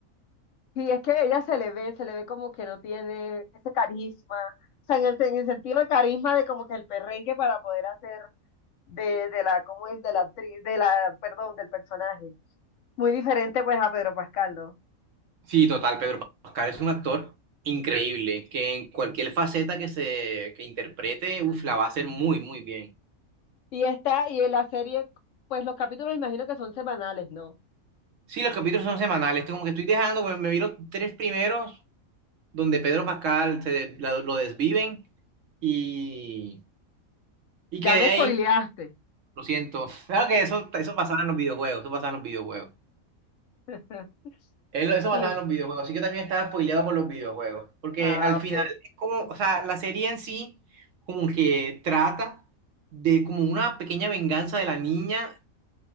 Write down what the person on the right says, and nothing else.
Sí, total, Pedro Pascal es un actor increíble, que en cualquier faceta que se que interprete, uf, la va a hacer muy, muy bien.
Sí, los capítulos son semanales, esto como que estoy dejando, me, me vi los tres primeros, donde Pedro Pascal se, de- la- lo desviven y, y
quedé
ahí,
lo siento. Claro que eso, eso pasaba en los videojuegos, eso pasaba en los videojuegos.
Él, eso
basado en los videojuegos, así que también estaba spoileado por los videojuegos, porque
al final
es como, o sea, la serie en sí como que trata de como una pequeña venganza de la niña